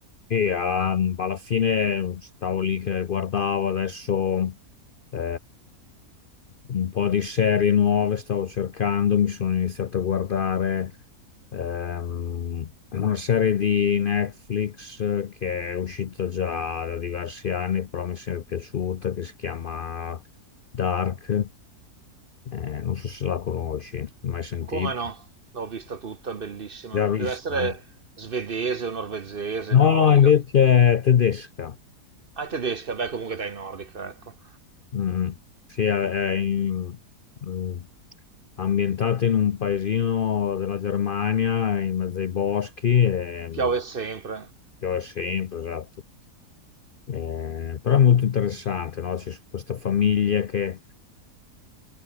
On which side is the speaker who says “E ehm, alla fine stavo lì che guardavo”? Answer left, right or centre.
Left